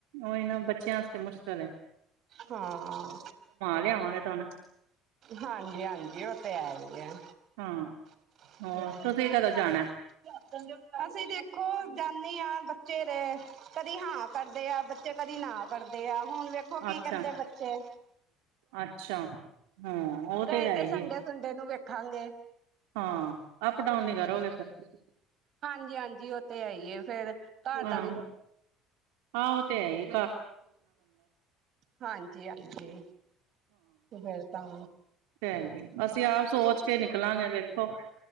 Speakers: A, on the right; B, on the right.
A: ਉਹ ਇਨਾਂ ਬੱਚ ਬੱਚਿਆਂ ਆਸਤੇ ਮੁਸ਼ਕਿਲ ਐ।
B: ਹਾਂ,
A: ਲਿਆਵਾਂਗੇ ਤੁਹਾਨੂੰ
B: ਹਾਂਜੀ, ਹਾਂਜੀ ਉਹ ਤੇ ਹੈ ਈਐ
A: ਹਾਂ।
B: <unintelligible>
A: ਹੋਰ ਤੁਸੀਂ ਕਦੋਂ ਜਾਣਾ
B: ਅਸੀਂ ਤੇ ਦੇਖੋ ਜਾਂਣੀ ਆਂ ਬੱਚੇ ਦੇ ਕਦੀ ਹਾਂ ਕਰਦੇ ਆ, ਬੱਚੇ ਕਦੀ ਨਾ ਕਰਦੇ ਆ ਹੁਣ ਵੇਖੋ ਕੀ
A: ਅੱਛਾ
B: ਕਹਿੰਦੇ ਬੱਚੇ
A: ਅੱਛਾ ਹਾਂ ਉਹ
B: ਗਏ
A: ਹੈ
B: ਤੇ
A: ਹੀ
B: ਸੰਡੇ
A: ਹੈ
B: ਸੁੰਡੇ ਨੂੰ ਵਖ ਖਾਂਗੇ।
A: ਹਾਂ, ਅਪ ਡਾਊਨ ਨੀਂ ਕਰੋਗੇ ਫਿਰ ਤੁਸੀ
B: ਹਾਂਜੀ, ਹਾਂਜੀ। ਉਹ ਤੇ ਹੈ ਈਏ ਫੇਿਰ ਘਰ
A: ਹਾਂ
B: ਦਾ ਵੀ
A: ਹਾਂ ਉਹ ਤੇ ਹੈ ਈ।
B: ਹਾਂਜੀ, ਹਾਂਜੀ। ਉਬਰ ਤਾਂ
A: ਓ ਤੇ ਹੈ ਹੇ, ਅਸੀਂ ਆਪ ਸੋਚ ਕੇ ਨਿਕਲਾਂਗੇ ਫਿ ਹਾਂ